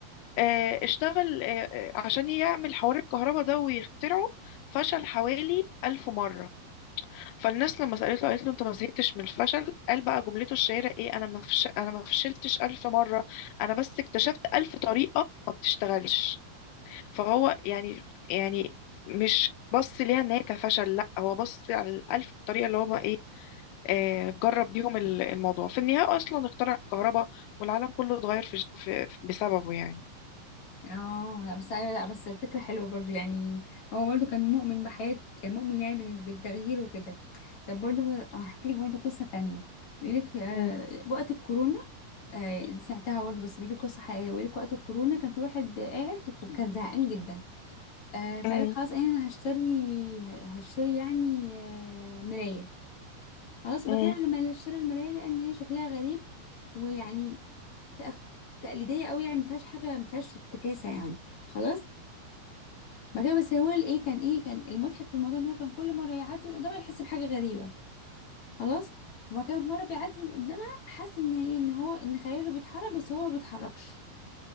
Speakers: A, on the left; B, on the left.
A: آه، اشتغل آه، آه، عشان يعمل حوار الكهرباء ده ويخترعه فشل حوالي ألف مرة فالناس لما سألته قالت له انت ما زهقتش من الفشل قال بقى جملته الشهيرة ايه انا ما فش... انا ما فشلتش ألف مرة انا بس اكتشفت ألف طريقة ما بتشتغلش فهو يعني يعني مش بص ليها ان هي كفشل لا هو بص على الألف طريقة اللي هو بقى ايه آه جرب بيهم ال- الموضوع في النهاية اصلا اخترع الكهرباء والعالم كله اتغير في... في... بسببه يعني
B: اه لا بس ايوه لا بس الفكره حلوه برضو يعني هو برضو كان مؤمن بحياته كان مؤمن يعني بال- بالتغيير وكده طب برضو ب- هحكي لك برضو قصه تانية بيقول لك آه،
A: مم.
B: وقت الكورونا آه سمعتها برضه بس بيقول لك قصه حقيقيه بيقول لك وقت الكورونا كان في واحد قاعد وكان زهقان جدا آه فقال
A: مم.
B: لك خلاص انا هشتري هشتري يعني آه مرايه خلاص بكلم
A: مم.
B: لما اشتري المرايه لان هي شكلها غريب ويعني تأخ- تقليديه قوي يعني ما فيهاش حاجه ما فيهاش افتكاسه يعني خلاص ما كان بس هو الايه كان ايه كان المضحك في الموضوع ان هو كان كل مره يعدي من قدامها يحس بحاجه غريبه خلاص وما كان في مره بيعدي من قدامها حاسس ان ايه ان هو ان خياله بيتحرك بس هو ما بيتحركش